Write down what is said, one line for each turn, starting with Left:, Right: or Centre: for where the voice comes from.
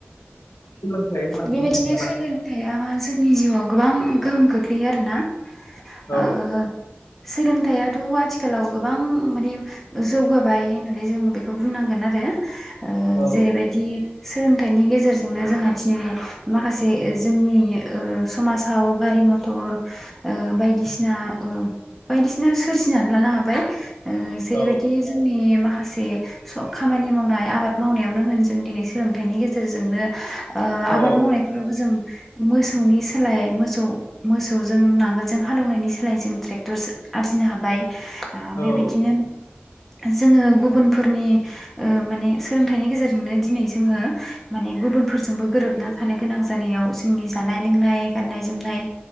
Left: सोलोंथाइ होननानै
Centre: बेबायदिनो
Left: बुङोब्ला
Centre: सोलोंथाइआ जोंनि जिउआव गोबां गोहोम गोग्लैयो आरो ना
Left: औ
Centre: ओ सोलोंथाइआथ' आथिखालाव गोबां माने जौगाबाय होननानै जों बेखौ बुंनांगोन आरो। ओ
Left: औ
Centre: जेरैबायदि सोलोंथाइनि गेजेरजोंनो जोंहा दिनै माखासे जोंनि ओ समाजाव गारि मथर ओ बायदिसिना ओ बायदिसिना सोरजिनानै लानो हाबाय। ओ जेरैबायदि
Left: औ
Centre: जोंनि मा माखासे सब खामानि मावनाय आबाद मावनायावनो होन जों दिनै सोलोंथाइनि गेजेरजोंनो ओ आबाद
Left: औ
Centre: मावनायफोरावबो जों मोसौनि सोलाय मोसौ मोसौजों नांगोलजों हालेवनायनि सोलाय जों ट्रेक्टर जो आरजिनो हाबाय। दा बेबायदिनो
Left: औ
Centre: जोङो गुबुनफोरनि ओ माने सोलोंथाइनि गेजेरजोंनो दिनै जोङो माने गुबुनफोरजोंबो गोरोब ना थानो गोनां जानायाव जोंनि जानाय लोंनाय गाननाय जोमनाय